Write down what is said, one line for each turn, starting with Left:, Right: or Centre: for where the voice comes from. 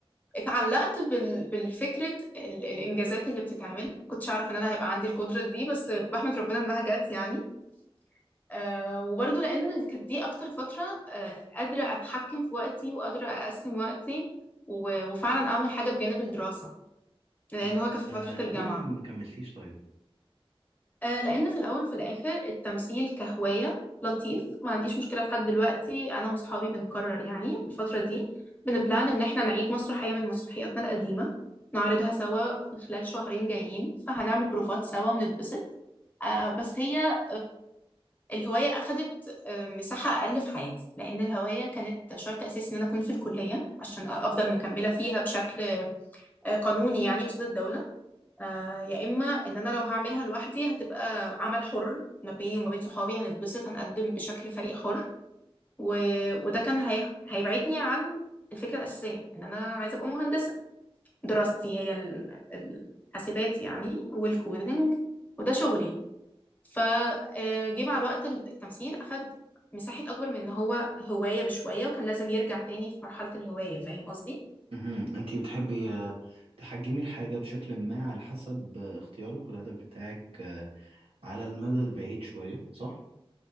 Left: اتعلقت بال... بالفكرة ال... الإنجازات اللي بتتعمل كنتش أعرف إن أنا هيبقى عندي القدرة دي بس بحمد ربنا إنها جت يعني آه وبرضه لأن كانت دي أكتر فترة آه قادرة أتحكم في وقتي وقادرة أقسم وقتي و- وفعلا أعمل حاجة بجانب الدراسة لأن
Right: طب
Left: هو كان في
Right: آه،
Left: فترة
Right: ليه
Left: الجامعة
Right: ما كملتيش طيب
Left: آه لأن في الأول وفي الآخر التمثيل كهواية لطيف ما عنديش مشكلة لحد دلوقتي أنا وأصحابي بنكرر يعني الفترة دي بنبلان إن إحنا نعيد مسرحية من مسرحياتنا القديمة نعرضها سوا في خلال شهرين جايين فهنعمل بروفات سوا ونتبسط آه بس هي الهواية أخدت آه، مساحة أقل في حياتي لأن الهواية كانت شرط أساسي إن أنا أكون في الكلية عشان أفضل مكملة فيها بشكل آه، قانوني يعني قصاد الدولة آه، يا إما إن أنا لو هعملها لوحدي هتبقى عمل حر ما بيني وما بين صحابي هنتبسط هنقدم بشكل فريق حر و... وده كان هي... هيبعدني عن الفكرة الأساسية إن أنا عايزة أبقى مهندسة دراستي هي ال- الحاسبات يعني والكودينج وده شغلي فجه مع الوقت التمثيل أخد مساحة أكبر من إن هو هواية بشوية وكان لازم يرجع تاني في مرحلة الهواية فاهم قصدي؟
Right: مهم. انت بتحبي آه، تحجمي الحاجة بشكل ما على حسب آه، اختيارك والهدف بتاعك آه، على المدى البعيد شوية صح؟